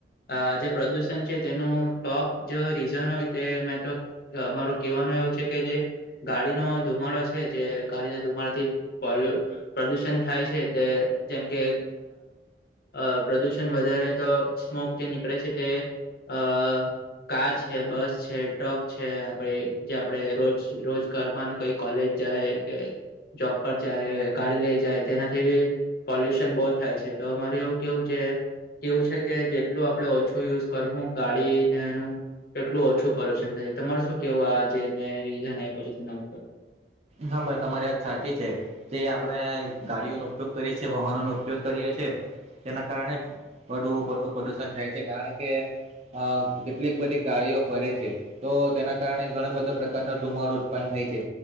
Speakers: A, on the left; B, on the right.
A: આ જે પ્રદુષણ છે તેનું ટોપ જે રીઝન હોય તે મે તો. અમારો કેવાનો એવું છે કે જે ગાડીનો ધુમાડો છે. જે ગાડીને ધુમારા થી પોલુ. પ્રદૂષણ થાય છે તે જેમ કે. અ પ્રદુષણ વધારે તો સ્મોક જે નીકળે છે તે અ. કાર છે બસ છે ટ્રક છે આપે જે આપડે રોજ રોજ કરવાનું કઈ કોલેજ. જાય કે જોબ પર જાય ગાડી લઈ જાય તેનાથી. પોલ્યુશન બહુ થાય છે તો માર એવું કેવું છે. કેવું છે કે જેટલું આપડણે ઓછું યુઝ કરવું ગાડીનેનું. એટલું ઓછું પોલ્યુશન થાય તમારે શું કેવું આ જેનેધનછી તેના ઉપર.
B: હા ભાઈ તમારી વાત સાચી છે તે આપણે ગાડીઓનો ઉપયોગ કરીએ છે વાહનો નગ. ઉપયોગ કરીએ છીએ તેના કારણે વધુું પ્રદુષણ થાય છે કારણ કે. અ કેટલીક બધી ગાડીઓ ફરે છે. તો તેના કારણે ઘણા બધા પ્રકાર ન ધુમાડો ઉત્પન્ન થાય છે.